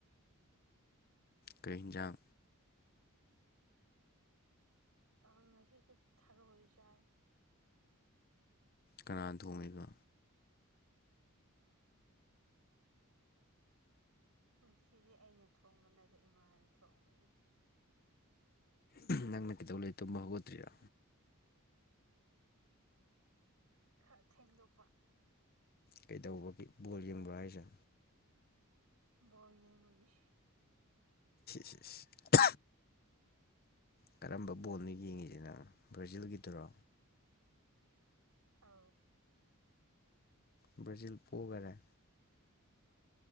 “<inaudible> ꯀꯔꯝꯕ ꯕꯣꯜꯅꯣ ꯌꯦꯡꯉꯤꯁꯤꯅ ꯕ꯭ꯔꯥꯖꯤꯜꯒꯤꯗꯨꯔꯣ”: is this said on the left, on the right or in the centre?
Left